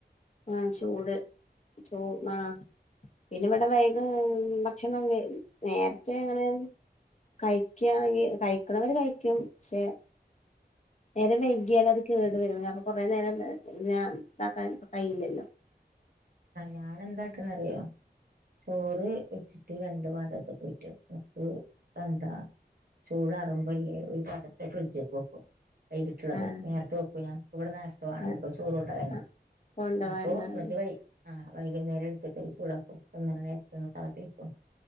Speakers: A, on the left; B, on the right.
A: ആഹ ചൂട് ചൂ മാ പിന്നെ ഇവിടെ വൈഗ ഭക്ഷണം നേരത്തെ അങ്ങനെ കഴിക്കയാണെങ്കിൽ കഴിക്കുന്നവര് കഴിക്കും പക്ഷെ നേരം വൈകിയാൽ അത് കേടു വരുും അപ്പൊ കൊറേ നേരം ഞാൻ ഇതാക്കാൻ കഴിയില്ലല്ലോ
B: ഞാൻ എന്താക്കന്ന അറിയോ ചോറ് വച്ചിട്ട് രണ്ട് പാത്രത്ക്ക് ഊറ്റി വെക്കും എന്താ ചൂട്റുമ്പോല്ലേ ഒരു പാത്രത്തെ ഫ്രിഡ്ജ് ക്കെ വെക്കും വൈകിട്ടുള്ളത്
A: ആഹ്
B: നേരത്തെ വെയ്ക്കും ഞാൻ ഇവിടെ നേരത്തെ വേണം ഇവിടുത്ത
A: ആഹ്
B: ചോറ് ഉണ്ടാക്കാനും
A: ആഹ് കൊണ്ടോവാൻ
B: അപ്പൊ
A: ആഹ്
B: എന്നിട്ട് വൈ ആഹ് വൈകുന്നേരം എടുത്തിട്ട് ചൂടാക്കും <unintelligible> ഒന്ന് തിളപ്പിക്കും